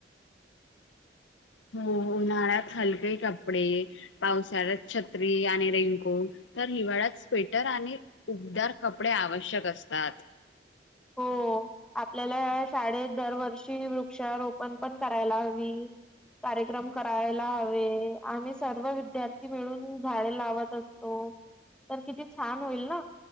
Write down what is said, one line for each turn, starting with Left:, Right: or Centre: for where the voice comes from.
Left: हो उन्हाळ्यात हलके कपडे पावसाळ्यात छत्री आणि रेनको तर हिवाळ्यात स्वेटर आणि उबदार कपडे आवश्यक असतात
Centre: हो आपल्याला शाळेत दरवर्षी वृक्षारोपण पण करायला हवी कार्यक्रम करायला हवे आम्ही सर्व विद्यार्थी मिळून झाडे लावत असतो तर किती छान होईल ना